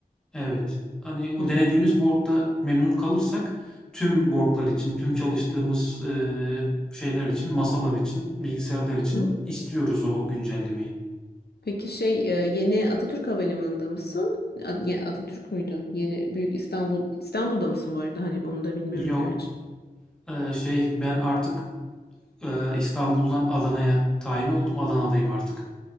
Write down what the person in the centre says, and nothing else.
Evet. Hani o
denediğimiz board'da memnun kalırsak tüm board'lar için, tüm çalıştığımız eee, şeyler için, masalar için, bilgisayarlar için
istiyoruz o güncellemeyi.
Yok
eee, şey ben artık eee, İstanbul'dan Adana'ya tayin oldum. Adana'dayım artık.